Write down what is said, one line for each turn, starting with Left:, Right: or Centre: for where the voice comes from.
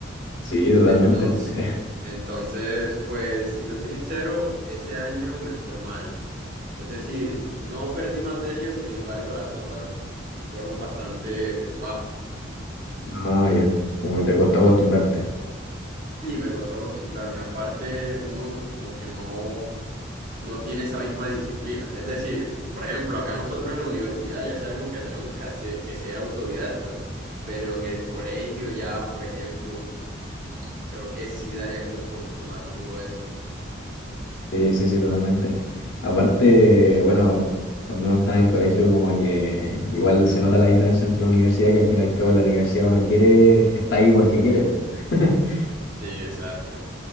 Left: Sí, totalmente.
Right: Entonces,
Left: <laughs>
Right: entonces, pues, si te soy sincero, ese año me fue mal. Es decir, no perdí materia, sin embargo, las notas fueron bastante bajas.
Left: No, ya. Como que te costó acostumbrarte.
Right: Sí, me costó acostumbrarme. Aparte, uno no- como que no, no tiene esa misma disciplina. Es decir, por ejemplo, acá nosotros en la universidad ya sabemos que tenemos que hacer- que ser autodidactas, pero en el colegio ya, por ejemplo, creo que sí daría como un poquito más duro eso.
Left: Sí, sí, sí, totalmente. Aparte, bueno, cuando uno está en el colegio, como que igual se nota la diferencia entre la universidad, que al fin y al cabo la universidad uno quiere, está ahí porque quiere. po. <laughs>
Right: Sí, exacto.